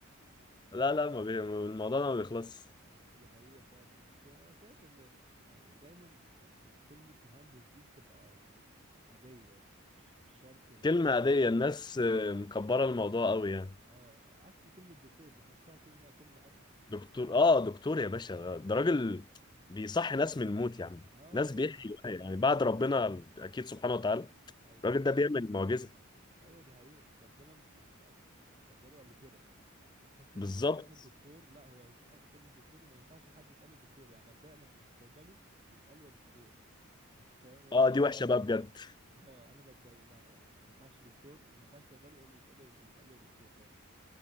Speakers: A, on the left (about 20°); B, on the right (about 25°).
A: <laughs> لا لا ما بي... الموضوع ده ما بيخلص
B: دي حقيقة فعلا بس انا شايف ان يعني دايما آه، م- كلمة مهندس دي بتبقى يعني عادية يعني مش مش شرط ان
A: كلمه
B: هي
A: عاديه الناس آه، مكبره الموضوع قوي يعني
B: اه عكس كلمة دكتور بحسها كلمة كلمة اتقل
A: دكتور اه دكتور يا باشا ده راجل بيصحي ناس من الموت يا عم
B: اه
A: ناس بيحيوا
B: آه،
A: يعني بعد ربنا اكيد سبحانه وتعالى
B: ايوه
A: الراجل ده بيعمل معجزة
B: ايوه دي حقيقة ربنا مك- مقد- مقدره قبل كده يعني حس ان
A: بالظبط
B: الموضوع كلمة دكتور لا هو يستحق كلمة دكتور وما ينفعش حد يتقال له دكتور يعني بتضايق لما صيدلي يتقال له يا دكتور انت فاهم هو
A: اه
B: اسمه
A: دي
B: صيدلي
A: وحشة بقى بجد
B: <laughs> اه انا بتضايق لها يعني ما ينفعش دكتور ما ينفعش صيدلي يقول لي يتقال له يتقال له يا دكتور خالص